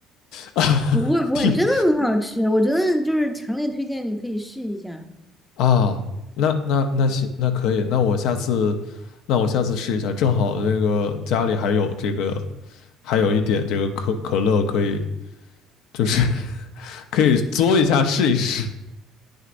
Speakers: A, on the left (about 80°); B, in the centre.
A: 啊！
B: 不会不会，
A: <laughs> 地
B: 真的很好吃，我觉得就是强烈推荐你可以试一下。
A: 啊，那那那行，那可以，那我下次，那我下次试一下，正好这个家里还有这个，还有一点这个可可乐，可以就是 <laughs> 可以嘬一下试一试